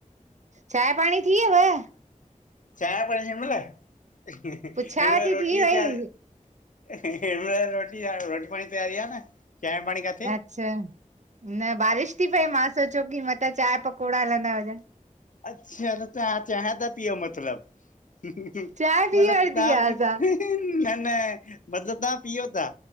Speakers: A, on the right (about 60°); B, on the left (about 70°).
A: चांय पाणी थी वयव?
B: चाय पाणी हिनमल, हिनमल
A: पुछांव थी
B: रोटी
A: थी
B: जी
A: वई
B: तयार हिनमल रोटी आ रोटी पाणी तयारी आ न, चांय पाणी का
A: अच्छा, न बारिश थी पए, मां सोचियो की मतां चांय पकोड़ा हलंदा हुजन।
B: अच्छा, त तव्हां चांहे ता पियो मतलब। मतलब
A: चांहि पी वरिती
B: तहां
A: आहे
B: ॿि
A: असां
B: न न, मतलब तहां पीओ था